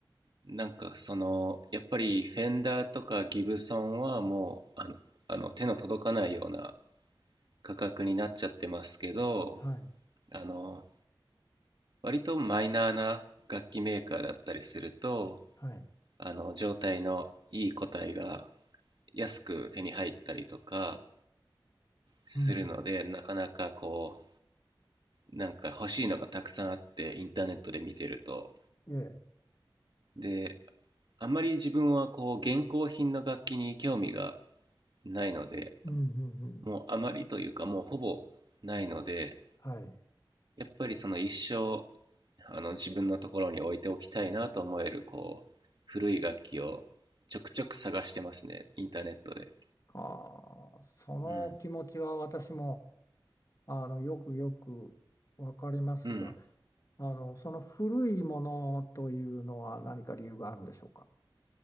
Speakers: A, on the right (about 65°); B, on the left (about 45°).
A: なんかその、やっぱりフェンダーとかギブソンはもう、あの、あの手の届かないような価格になっちゃってますけど、
B: う。はい。
A: あの、割とマイナーな楽器メーカーだったりすると、
B: はい。
A: あの、状態のいい個体が安く手に入ったりとか、するので、
B: うん。
A: なかなかこう、なんか欲しいのがたくさんあって、インターネットで見てると。
B: ええ。
A: で、あんまり自分はこう、現行品の楽器に興味がないので、
B: うんうんうん。
A: もうあまりというか、もうほぼないので、
B: はい。
A: やっぱりその一生、あの自分のところに置いておきたいなと思える、こう、古い楽器をちょくちょく探してますね、インターネットで。
B: ああ、その気持ちは私も、
A: うん。
B: あの、よくよくわかりますが、
A: うん。
B: あの、その古いものというのは何か理由があるんでしょうか